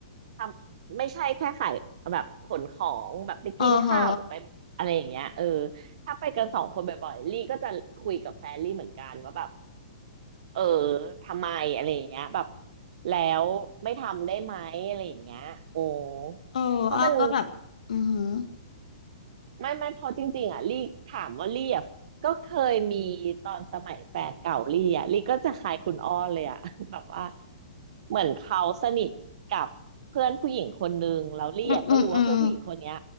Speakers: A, on the right; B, on the left.
A: ทำไม่ใช่แค่ขายแบบขนของแบบไปกินข้าวหรือไปอะไรอย่างเงี้ยเออ
B: อ๋อเหรอ
A: ถ้าไปกันสองคนบ่อยๆลี่ก็จะคุยกับแฟนลี่เหมือนกันว่าแบบเออทำไมอะไรอย่างเงี้ยแบบแล้วไม่ทำได้ไหมอะไรอย่างเงี้ยโอ้
B: เอออ้อก็แบบอือหือ
A: เพราะมัน ไม่ไม่เพอจริงๆอ่ะลี่ถามว่าลี่อ่ะก็เคยมีตอนสมัยแฟนเก่าลี่อ่ะลี่ก็จะขายคุณอ้อเลยอ่ะ <laughs> แบบว่าเหมือนเขาสนิทกับเพื่อนผู้หญิงคนนึงแล้วลี่อ่ะก็รู้ว่าเพื่อนผู้หญิงคนเนี้ย
B: อืมอืมอืม